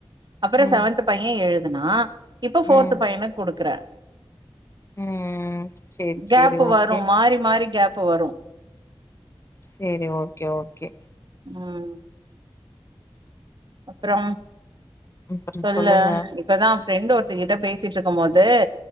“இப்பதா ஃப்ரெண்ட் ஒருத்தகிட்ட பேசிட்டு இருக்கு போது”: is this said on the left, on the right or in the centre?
Right